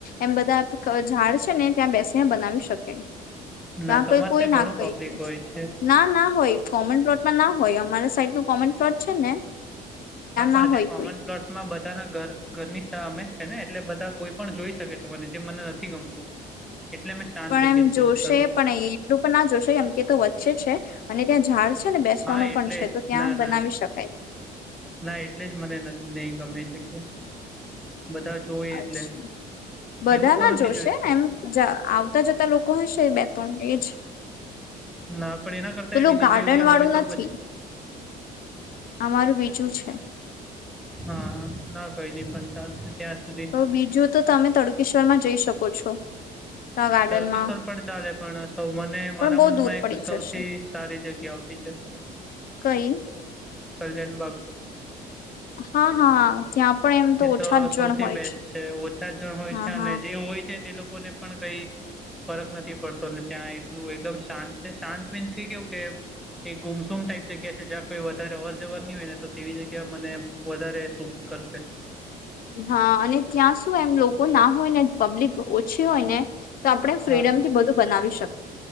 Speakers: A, on the left; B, in the centre.
A: એમ બધા ઝાડ છે ને ત્યાં બેસીને બનાવી શકે ત્યાં
B: ના તમારે
A: કઈ કોઈ
B: ત્યાં
A: ના
B: ઘણું
A: કઈ
B: પબ્લિક
A: કે
B: હોય છે
A: ના ના હોય કોમન પ્લોટમાં ના હોય અમારે <unintelligible> કોમન પ્લૉટ છે ને
B: હા પણ
A: ના
B: ત્યાં
A: હોય
B: કોમન
A: કોઈ
B: પ્લોટમ મા બધાના ઘર ઘરની સહ અમે છે ને એટલે બધા કોઈ પણ જોઈ શકે છે મને જે મને નથી ગમતું એટલે મેં શાંત
A: પણ
B: જગ્યા
A: એમ
B: ચૂઝ
A: જોશે
B: કરું છું.
A: પણ એટલું પણ ના જોશે કેમ કે તો વચ્ચે જ છે અને ત્યાં ઝાડ છે ને બેસવાનું
B: હા,
A: પણ
B: એટલે
A: છે
B: જ
A: તો ત્યાં
B: ના ના
A: બનાવી શકાય
B: ના એટલે જ મને નઈ ગમે જગ્યા બધા જોય
A: અચ્છા
B: એટલે
A: બધા
B: એવું
A: ના
B: તો નથી
A: જોશે
B: જોયું.
A: એમ જ આવતા જતા લોકો હશે બે ત્રણ એજ
B: ના પણ એના કરતા
A: પેલું
B: બીજી
A: ગાર્ડન
B: જોઈ ગયા
A: વાળું
B: હોય તો
A: નથી
B: પછ
A: અમારું બીજું છે
B: હા ના કઈ નઈ પણ ચાલશે ત્યાં સુધી.
A: તો બીજું તો તમે તડુકેશ્વરમાં જઈ શકો છો ત્યાં ગાર્ડનમાં
B: તળકેશ્વર પણ ચાલે પણ સૌ મને મારા
A: પણ બહુ
B: મનમાં
A: દૂર
B: એક
A: પડી
B: સૌથી
A: જશે
B: સારી જગ્યા આવતી છે
A: કઈ?
B: કલ્યાણ બગ
A: હા હા ત્યાં પણ એમ
B: એ તો
A: ઓછા જ જણ
B: સૌથી
A: હોય
B: બેસ્ટ છે ઓછા જણ હોય
A: હા
B: છે અને
A: હા
B: જે હોય છે તે લોક કો ને પણ કઈ ફરક નથી પડતો અને ત્યાં એટલું એકદમ શાંત છે શાંત મીન્સ કે કેવું કે એક ગુમસુમ ટાઈપ જગ્યા છે જ્યાં કોઈ વધારે અવર જવર ની હોય ને તો તેવી જગ્યા મને વધારે સ કરશે
A: હા અને ત્યાં સુું એમ લોકો ના હોય ને પબ્લિક ઓછી હોય ને તો આપડે ફ્રીડમ
B: હા
A: થી બધું બનાવી શક